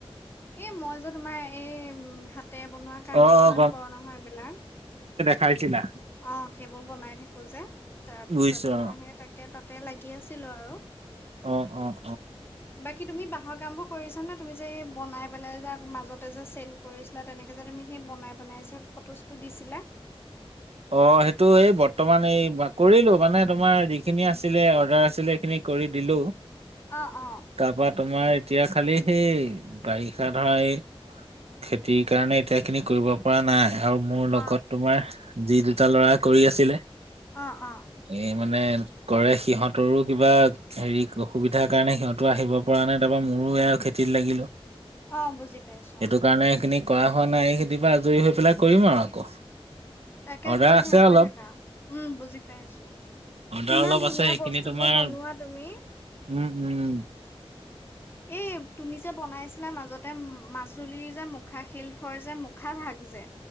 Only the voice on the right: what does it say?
অ',
খাইছিলা?
বুজিছো
উম, উম,
অ', সেইটো এই বৰ্তমান এই কৰিলো মানে তোমাৰ যিখিনি আছিলে অৰ্ডাৰ আছিলে সেইখিনি কৰি দিলো
তাৰ পৰা তোমাৰ এতিয়া খালি সেই বাৰিষা ধৰা এই খেতিৰ কাৰণে এতিয়া খিনি কৰিব পৰা নাই আৰু মোৰ
লগত তোমাৰ যি দুটা ল'ৰা কৰি আছিলে
এই মানে কৰে সিহঁতৰো কিবা হেৰি অসুবিধাৰ কাৰণে সিহঁতো আহিব পৰা নাই, তাৰপৰা মোৰ মোৰো আৰু খেতিত লাগিলো।
সেইটো
কাৰণে এইখিনি কৰা হোৱা নাই খেতিৰপা আজৰি হৈ পেলাই কৰিম আৰু আকৌ।
অৰ্ডাৰ
আছে
অলপ
অৰ্ডাৰ
অলপ
আছে সেইখিনি
তোমাৰ
উম উম,